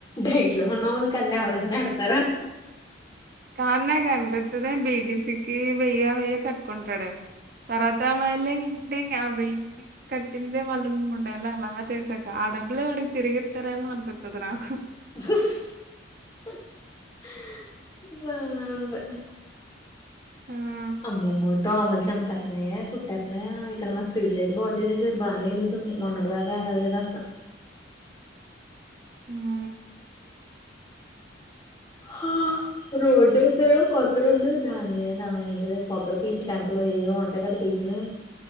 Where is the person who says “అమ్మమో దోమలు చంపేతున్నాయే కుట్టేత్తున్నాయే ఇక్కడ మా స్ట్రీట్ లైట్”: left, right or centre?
Left